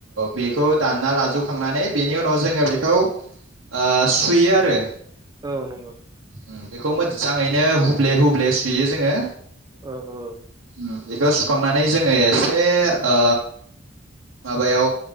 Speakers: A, on the right (about 80°); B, on the right (about 20°).
A: बेखौ दानना लाजोबखांनानै बेनि उनाव जोङो बेखौ ओ सुयो आरो।
B: औ नंगौ।
A: उम बेखौ मोजाङैनो हुब्ले हुब्ले सुयो जोङो।
B: औ औ।
A: उम बेखौ सुखांनानै जोङो एसे आ माबायाव